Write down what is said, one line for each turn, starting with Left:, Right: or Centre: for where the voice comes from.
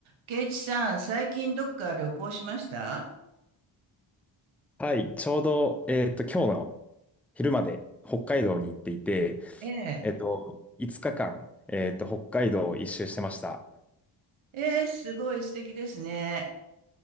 Right: ケイチさん、最近どっか旅行しました
Centre: はい、ちょうど、えっと、今日の昼まで北海道に行っていて、
Right: ええ。
Centre: えっと、5日間、えっと、北海道を一周してました。
Right: ええ、すごい素敵ですね。